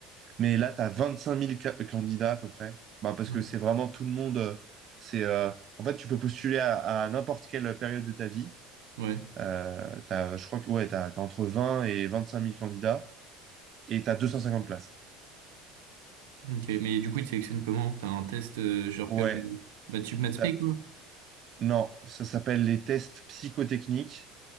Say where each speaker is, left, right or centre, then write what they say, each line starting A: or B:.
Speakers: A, on the right; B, on the right.
A: Mais là, t'as 25 000 ca- candidats à peu près. Bah, parce
B: Non.
A: que c'est vraiment tout le monde. euh, C'est, euh, en fait, tu peux postuler à, à n'importe quelle période de ta vie.
B: Ouais.
A: Euh, t'as, je crois que ouais, t'as, t'as entre vingt et vingt-cinq mille candidats et t'as 250 places.
B: Ok. Mais du coup, ils te sélectionnent comment? T'as un test euh, genre
A: Ouais,
B: comme bah, tu maths spé,
A: t'as-
B: quoi.
A: non, ça s'appelle les tests psychotechniques.